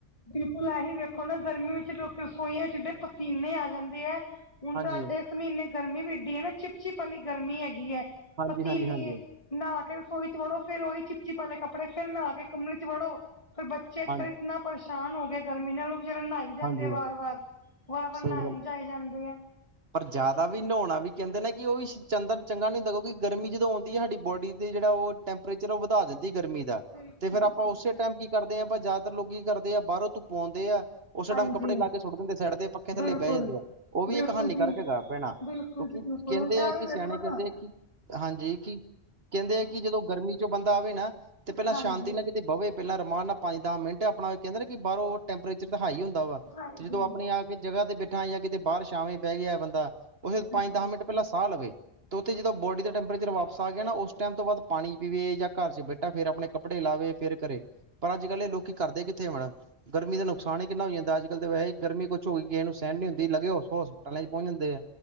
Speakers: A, on the left (about 30°); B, on the right (about 70°).
A: ਬਿਲਕੁਲ ਇਹੀ ਵੇਖੋ ਨਾ, ਗਰਮੀ ਵਿੱਚ ਲੋਕ ਰਸੋਈਆਂ ਵਿੱਚੋਂ ਪਸੀਨੇ ਆ ਜਾਂਦੇ ਹੈ। ਹੁਣ
B: ਹਾਂਜੀ
A: ਤਾਂ ਇਸ ਮਹੀਨੇ ਗਰਮੀ ਵੀ ਇੱਡੀ ਹੈ, ਨਾ ਚਿਪ-ਚਿਪ ਵਾਲੀ ਗਰਮੀ ਹੈਗੀ ਹੈ
B: ਹਾਂਜੀ
A: ਪਸੀਨੇ,
B: ਹਾਂਜੀ ਹਾਂਜੀ
A: ਨਹਾ ਕੇ ਰਸੋਈ ਚ ਵੜੋ, ਫੇਰ ਉਹੀ ਚਿਪਚਿਪ ਵਾਲੇ ਕੱਪੜੇ ਫਿਰ ਨਹਾ ਕੇ ਕਮਰੇ ਚ ਵੜੋ ਫਿਰ ਬ ਚੇਜ
B: ਹਾਂਜੀ
A: ਕਰ ਇਤਨਾ ਪਰੇਸ਼ਾਨ ਹੋ ਗਿਆ, ਗਰਮੀ ਨਾਲ ਲੋਕ ਜਰ ਜਾਂਦੇ
B: ਹਾਂਜੀ
A: ਆ ਵਾਰ-ਵਾਰ-ਵਾਰ-ਵਾਰ
B: ਸਹੀ
A: ਨਹਾ
B: ਗੱਲ
A: ਈ ਜਾਏ ਜਾਂਦੇ ਆ।
B: ਪਰ ਜ਼ਿਆਦਾ ਵੀ ਨਹਾਉਣਾ ਵੀ, ਕਹਿੰਦੇ ਨੇ ਕਿ ਉਹ ਵੀ ਚੰ ਚੰਗਾ ਨਹੀਂ ਹੁੰਦਾ, ਕਿਉਂਕਿ ਗਰਮੀ ਜਦੋਂ ਆਉਂਦੀ ਹੈ, ਸਾਡੀ ਬੋਡੀ ਤੇ ਜਿਹੜਾ ਉਹ ਟੈਂਪਰੇਚਰ ਉਹ ਵਧਾ ਦਿੰਦੀ ਐ ਗਰਮੀ
A: ਬਿਲਕੁਲ
B: ਤੇ ਫੇਰ
A: ਜੀ
B: ਆਪਾਂ
A: ਬਿਲਕੁਲ
B: ਉਸੇ ਟਾਈਮ ਕੀ ਕਰਦੇ ਹਾਂ, ਜ਼ਿਆਦਾਤਰ ਲੋਕ ਕੀ ਕਰਦੇ ਆ ਬਾਹਰੋਂ ਧੁੱਪ ਆਦੇ ਆ। ਉਸ
A: ਹਾਂਜੀ
B: ਟੈਮ ਕੱੜੇ ਲਾ ਕੇ ਸੁੱਟ ਦਿੰਦੇ, ਸਾਈਡ ਦੇ ਪੱਖੇ
A: ਬਿਲਕੁਲ
B: ਥੱਲੇ ਬਹਿ ਜਾਂਦੇ ਆ ਉਹ ਵੀ
A: ਬਿਲਕੁਲ
B: ਇੱਕ ਹਾਨੀ
A: ਜੀ
B: ਕਰਕੇ ਗਾ ਬਿਨਾਂ
A: ਬਿਲਕੁਲ
B: ਕਿਉਂਕਿ
A: ਜੀ ਬਿਲਕੁਲ
B: ਕਹਿੰਦੇ
A: ਐ
B: ਆ ਕਿ
A: ਵੇਖੋ
B: ਸਿਆਣੇ
A: ਨਾ
B: ਕਹਿੰਦੇ ਹੈ, ਕਿ ਹਾਂਜੀ ਕਿ ਕਹਿੰਦੇ ਹੈ ਕਿ ਜਦੋਂ ਗਰਮੀ ਜੋ ਬੰਦਾ ਆਵੇ ਨਾ, ਤੇ ਪਹਿਲਾਂ
A: ਹਾਂਜੀ
B: ਸ਼ਾਂਤੀ ਨਾ ਕਿਤੇ ਬਵੇ, ਪਹਿਲਾਂ ਰਮਾਨ ਨਾਲ ਪੰਜ ਦ ਮਿੰਟ ਆਪਣਾ ਕਹਿੰਦੇ ਨਾ ਕਿ ਬਾਹਰੋਂ ਟੈਂਪਰੇਚਰ ਤਾਂ ਹਾਈ ਹੁੰਦਾ ਵਾ,
A: ਹਾਂਜੀ
B: ਤੇ ਜਦੋਂ ਆਪਣੀ ਆ ਕੇ ਜਗ੍ਹਾ ਤੇ ਬੈਠਾ ਜਾਂ ਕਿਤੇ ਬਾਹਰ ਸ਼ਾਮੇ ਬਹਿ ਗਿਆ ਬੰਦਾ ਉੇ
A: ਬਿਲਕੁਲ
B: ਪੰਜ ਦਸ ਮਿੰਟ ਪਹਿਲਾਂ ਸਾਹ ਲਵੇ, ਅਤੇ ਉੱਥੇ ਜਦੋਂ ਬੋਡੀ ਦਾ ਟੈਂਪਰੇਚਰ ਵਾਪਸ ਆ ਗਿਆ ਨਾ, ਉਸ ਟਾਈਮ ਤੋਂ ਬਾਅਦ ਪਾਣੀ ਪੀਵੇ ਜਾਂ ਘਰ ਬੈਠਾ ਫਿਰ ਆਪਣੇ ਕੱਪੜੇ ਲਾਵੇ ਫੇਰ ਕਰੇ ਪਰ ਅੱਜ-ਕੱਲ੍ਹ ਇਹ ਲੋਕੀ ਕਰਦੇ ਕਿੱਥੇ ਐ ਮੈਡਮ, ਗਰਮੀ ਦਾ ਨੁਕਸਾਨ ਹੀ ਕਿੰਨਾ ਹੋ ਜਾਂਦਾ, ਅੱਜ-ਕੱਲ ਤਾਂ ਵੈੇਸੇ ਹੀ ਗਰਮੀ ਕੁਛ ਹੋ ਗਈ, ਇਹ ਨੂੰ ਸਹਿਣ ਨੀ ਹੁੰਦੀ ਲੱਗੇ ਹੋਸ ਖਿਆਲਾ ਚ ਪਹੁੰਚ ਜਾਂਦੇ ਆ,